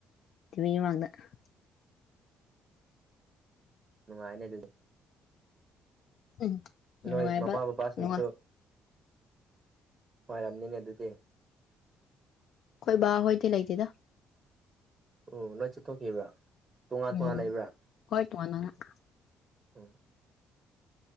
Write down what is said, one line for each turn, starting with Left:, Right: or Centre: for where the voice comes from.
Left: ꯇ ꯃꯥꯗ <unintelligible>
Right: ꯅꯨꯡꯉꯥꯏꯅꯦ ꯑꯗꯨꯗꯤ
Left: ꯎꯝ ꯅꯨꯡꯉꯥꯏꯕ
Right: ꯅꯣꯏ ꯃꯃꯥ ꯕꯥꯕꯥꯁꯤꯡꯁꯨ
Left: ꯅꯨꯡꯉꯥꯏ
Right: ꯅꯨꯡꯉꯥꯏꯔꯝꯅꯤꯅꯦ ꯑꯗꯨꯗꯤ
Left: ꯑꯩꯈꯣꯏ ꯕꯥ ꯍꯣꯏꯗꯤ ꯂꯩꯇꯦꯗ
Right: ꯑꯣ ꯂꯣꯏ ꯆꯠꯊꯣꯛꯈꯤꯕ꯭ꯔꯥ ꯇꯣꯉꯥꯟ
Left: ꯎꯝ
Right: ꯇꯣꯉꯥꯟ ꯂꯩꯕ꯭ꯔꯥ
Left: ꯍꯣꯏ ꯇ ꯃꯅ <unintelligible>
Right: ꯎꯝ